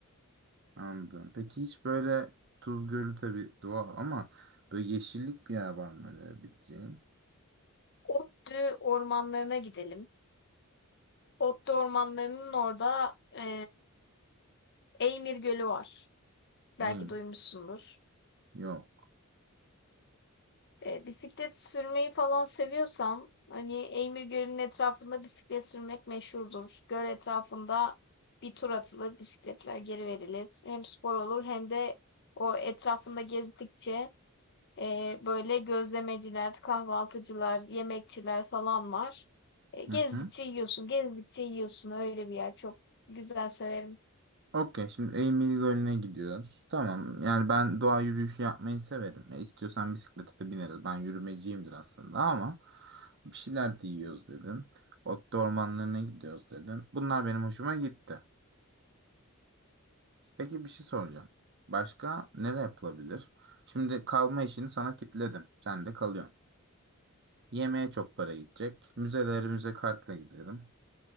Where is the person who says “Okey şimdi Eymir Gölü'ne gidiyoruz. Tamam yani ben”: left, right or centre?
Right